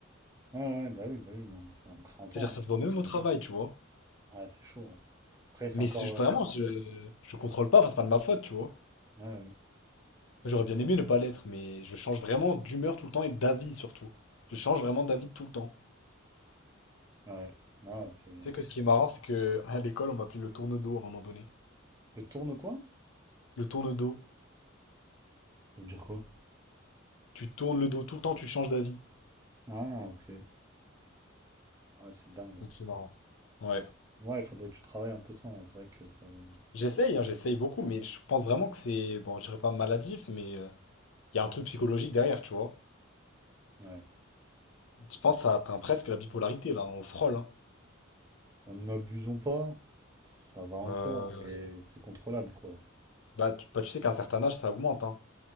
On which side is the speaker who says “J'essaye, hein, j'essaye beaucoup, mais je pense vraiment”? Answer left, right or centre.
Left